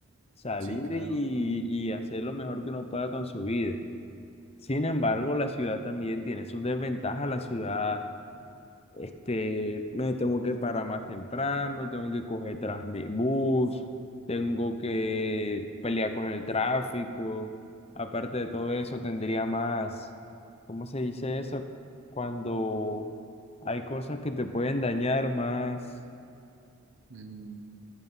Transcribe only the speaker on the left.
salir
y, y hacer lo mejor que uno pueda con su vida. Sin embargo, la ciudad también tiene sus desventajas. La ciudad, este, me tengo que parar más temprano, tengo que coger transmi- bus, tengo que pelear con el tráfico. Aparte de todo eso, tendría más, ¿cómo se dice eso? Cuando hay cosas que te pueden dañar más.